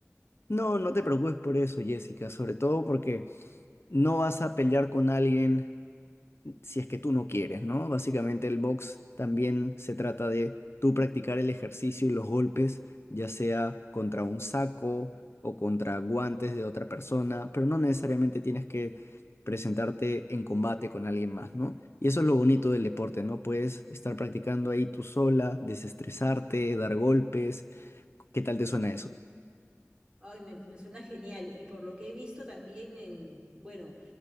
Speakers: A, on the left; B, on the right.
A: No, no te preocupes por eso, Jessica, sobre todo porque no vas a pelear con alguien si es que tú no quieres, ¿no? Básicamente el box también se trata de tú practicar el ejercicio y los golpes, ya sea contra un saco o contra guantes de otra persona, pero no necesariamente tienes que presentarte en combate con alguien más, ¿no? Y eso es lo bonito del deporte, ¿no? Puedes estar practicando ahí tú sola, desestresarte, dar golpes. ¿Qué tal te suena eso?
B: Ay, me, me suena genial. Y por lo que he visto también en, bueno,